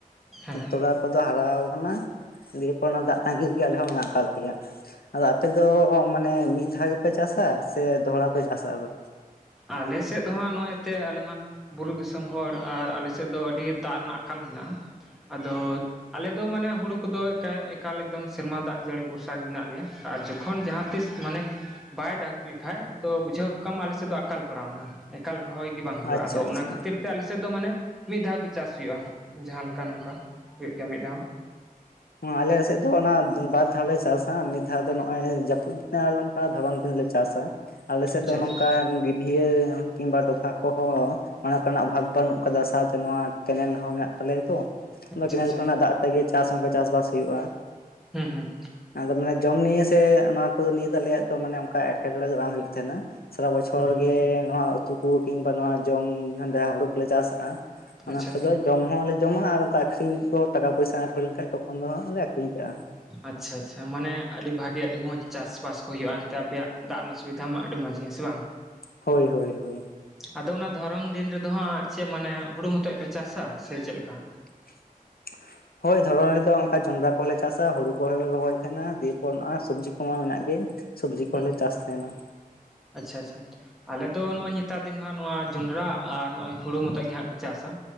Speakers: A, in the centre; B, on the left.
A: ᱦᱮᱸ ᱦᱮᱸ
B: ᱛᱚᱲᱟ ᱠᱚᱫᱚ ᱦᱟᱨᱟ ᱟᱠᱟᱱᱟ, ᱫᱤᱭᱯᱚᱨ ᱚᱱᱟ ᱫᱟᱜ ᱛᱟᱜᱤᱜᱮ ᱟᱞᱮ ᱦᱚᱸ ᱢᱮᱱᱟᱜ ᱟᱠᱟᱫ ᱠᱮᱭᱟ ᱾ ᱟᱫᱚ ᱟᱯᱮ ᱫᱚ ᱢᱟᱱᱮ ᱢᱤᱫ ᱫᱷᱟᱣ ᱜᱮᱯᱮ ᱪᱟᱥᱟ, ᱥᱮ ᱫᱚᱦᱲᱟ ᱯᱮ ᱪᱟᱥᱟ ᱟᱫᱚ?
A: ᱟᱞᱮ ᱥᱮᱫ ᱫᱚᱦᱟᱸᱜ ᱱᱚᱜᱼᱚᱭ ᱛᱮ ᱟᱞᱮ ᱢᱟ ᱾ ᱵᱩᱨᱩ ᱫᱤᱥᱚᱢ ᱦᱚᱲ ᱟᱨ ᱟᱞᱮᱥᱮᱫ ᱫᱚ ᱟᱹᱰᱤ ᱫᱟᱜ ᱨᱮᱱᱟᱜ ᱟᱠᱟᱞ ᱢᱮᱱᱟᱜᱼᱟ ᱾ ᱟᱫᱚ ᱟᱞᱮ ᱫᱚ ᱢᱟᱱᱮ ᱦᱩᱲᱩ ᱠᱚᱫᱚ ᱮᱠᱟᱞ ᱮᱠᱫᱚᱢ ᱥᱮᱨᱢᱟ ᱫᱟᱜ ᱡᱟᱹᱲᱤ ᱵᱚᱨᱥᱟ ᱜᱮ ᱢᱮᱱᱟᱜ ᱞᱮᱭᱟ ᱡᱚᱠᱷᱚᱱ ᱡᱟᱦᱟᱸ ᱛᱤᱥ ᱢᱟᱱᱮ ᱵᱟᱭ ᱫᱟᱜᱽ ᱞᱮᱠᱷᱟᱱᱡ ᱛᱚ ᱵᱩᱡᱷᱟᱹᱣ ᱠᱟᱜ ᱢᱮ ᱟᱞᱮ ᱥᱮᱫ ᱫᱚ ᱮᱠᱟᱞ ᱯᱟᱲᱟᱣᱱᱟ ᱮᱠᱟᱞ ᱨᱚᱦᱚᱭ ᱜᱮ ᱵᱟᱝ ᱦᱩᱭᱩᱜᱼᱟ
B: ᱟᱪᱪᱷᱟ
A: ᱟᱫᱚ ᱚᱱᱟ
B: ᱟᱪᱪᱷᱟ
A: ᱠᱷᱟᱹᱛᱤᱨ ᱛᱮ ᱟᱞᱮ ᱥᱮᱫ ᱫᱚ ᱢᱟᱱᱮ ᱢᱤᱫ ᱫᱷᱟᱣ ᱜᱮᱤ ᱪᱟᱥ ᱦᱩᱭᱩᱜᱼᱟ ᱡᱟᱦᱟᱸ ᱞᱮᱠᱟ ᱱᱚᱝᱠᱟ ᱦᱩᱭᱩᱜ ᱜᱮᱭᱟ ᱢᱤᱫ ᱫᱷᱟᱣ
B: ᱟᱞᱮᱥᱮᱫ ᱫᱚ ᱚᱱᱟ ᱵᱟᱨ ᱫᱷᱟᱣᱞ ᱞᱮ ᱪᱟᱥᱟ ᱢᱤᱫ ᱫᱷᱟᱣ ᱫᱚ ᱱᱚᱜᱼᱚᱭ ᱡᱟᱹᱯᱩᱫ ᱫᱤᱱ ᱟᱨ ᱚᱱᱠᱟ ᱫᱷᱚᱨᱚᱱ ᱫᱤᱱ ᱞᱮ ᱪᱟᱥᱟ ᱟᱞᱮ ᱥᱮᱫ
A: ᱟᱪᱪᱷᱟ
B: ᱫᱚ ᱱᱚᱝᱠᱟ
A: ᱟᱪᱪᱷᱟ
B: ᱜᱤᱰᱤᱭᱟᱹᱟᱹ ᱠᱤᱢᱵᱟ ᱰᱚᱵᱷᱟᱜ ᱠᱚ ᱦᱚᱸ ᱚᱱᱟ ᱠᱚᱨᱮᱱᱟᱜ ᱵᱷᱟᱵᱽ ᱵᱟᱹᱱᱩᱜ ᱟᱠᱟᱫᱟ ᱥᱟᱶᱛᱮ ᱱᱚᱣᱟ ᱠᱮᱱᱮᱞ ᱦᱚᱸ ᱢᱮᱱᱟᱜ ᱛᱟᱞᱮᱭᱟ ᱛᱚ
A: ᱟᱪᱪᱷᱟ
B: ᱠᱮᱱᱮᱞ
A: ᱟᱪᱪᱷᱟ
B: ᱠᱚᱨᱮᱱᱟᱜ ᱫᱟᱜ ᱛᱮᱜᱮ ᱪᱟᱥ ᱚᱱᱠᱟ ᱪᱟᱥᱵᱟᱥ ᱦᱩᱭᱩᱜᱼᱟ
A: ᱦᱩᱸ ᱦᱩᱸ
B: ᱟᱫᱚ ᱢᱟᱱᱮ ᱡᱚᱢ ᱱᱤᱭ ᱥᱮ ᱚᱱᱟ ᱱᱤᱭᱟᱹ ᱫᱚ ᱟᱞᱮᱭᱟᱜ ᱫᱚ ᱢᱟᱱᱮ ᱚᱱᱠᱟ ᱮᱴᱠᱮᱴᱚᱬᱮ ᱫᱚ ᱵᱟᱝ ᱦᱩᱭᱩᱜ ᱛᱟᱦᱮᱱᱟ ᱥᱟᱨᱟ ᱵᱚᱪᱷᱚᱨ
A: ᱦᱩᱸ
B: ᱜᱮ ᱱᱚᱣᱟ ᱩᱛᱩ ᱦᱠᱩ ᱠᱤᱢᱵᱟ ᱱᱚᱣᱟ ᱡᱚᱢ ᱦᱰᱮ ᱦᱳᱲᱩ ᱠᱚᱞᱮ ᱪᱟᱥᱼᱟ ᱚᱱᱟ
A: ᱟᱪᱪᱷᱟ
B: ᱠᱚ
A: ᱟᱪᱪᱷᱟ
B: ᱫᱚ ᱡᱚᱢ ᱦᱚᱸᱞᱮ ᱡᱚᱢᱟ ᱟᱨ ᱚᱱᱠᱟ ᱟᱹᱷᱨᱤᱧ ᱠᱚ ᱴᱟᱠᱟ ᱯᱚᱭᱥᱟ ᱟᱸᱴ ᱦᱩᱭ ᱞᱮᱱ ᱠᱷᱟᱱ ᱛᱚᱠᱷᱚᱱ ᱫᱚ ᱦᱟᱸᱜᱮ ᱞᱮ ᱟᱹᱠᱷᱨᱤᱧ ᱠᱟᱜᱼᱟ
A: ᱟᱪᱪᱷᱟ ᱟᱪᱪᱷᱟ ᱢᱟᱱᱮ ᱟᱹᱰᱤ ᱵᱷᱟᱜᱤ ᱟᱹᱰᱤ ᱢᱚᱸᱡᱽ ᱪᱟᱥᱵᱟᱥ ᱠᱚ ᱦ ᱦᱩᱭᱩᱜᱼᱟ ᱮᱱᱛᱮ ᱟᱯᱮᱭᱟᱜ ᱫᱟᱜ ᱨᱮᱱᱟᱜ ᱥᱩᱵᱤᱫᱷᱟ ᱢᱟ ᱟᱹᱰᱤ ᱢᱚᱸᱡᱽ ᱜᱮᱭᱟ ᱥᱮ ᱵᱟᱝ
B: ᱦᱳᱭ ᱦᱳᱭ ᱦᱳᱭ
A: ᱟᱫᱚ ᱚᱱᱟ ᱫᱷᱚᱨᱚᱱ ᱫᱤᱱ ᱨᱮᱫᱚ ᱦᱟᱸᱜ ᱪᱮᱫ ᱢᱟᱱᱮ ᱦᱩᱲᱳ ᱢᱚᱛᱚᱡ ᱯᱮ ᱪᱟᱥᱟ ᱥᱮ ᱪᱮᱫ ᱞᱮᱠᱟ
B: <inaudible> ᱦᱳᱭ ᱫᱷᱚᱨᱚᱱ ᱨᱮᱫᱚ ᱚᱱᱠᱟ ᱡᱚᱱᱰᱨᱟ ᱠᱚᱦᱚᱸᱮ ᱪᱟᱥᱟ ᱦᱩᱲᱩ ᱠᱚᱦᱚᱸᱮ ᱨᱚᱦᱚᱭ ᱛᱟᱦᱮᱱᱟ ᱫᱤᱭᱮ ᱯᱚᱨ ᱥᱚᱵᱽᱡᱤ ᱠᱚᱢᱟ ᱢᱮᱱᱟᱜ ᱜᱮ ᱥᱚᱵᱡᱤ ᱠᱚᱞᱮ
A: ᱦᱩᱸ
B: ᱪᱟᱥ ᱛᱟᱦᱮᱱᱟ
A: ᱟᱪᱪᱷᱟ ᱟᱪᱪᱷᱟ ᱟᱞᱮ ᱫᱚ ᱱᱚᱜᱚᱭ ᱱᱮᱛᱟᱨ ᱫᱤᱱ ᱢᱟᱜ ᱡᱚᱸᱰᱨᱟ ᱟᱨ ᱱᱚᱜᱚᱭ ᱦᱩᱲᱳ ᱢᱚᱛᱚ ᱜᱮ ᱠᱚ ᱪᱟᱥ ᱟ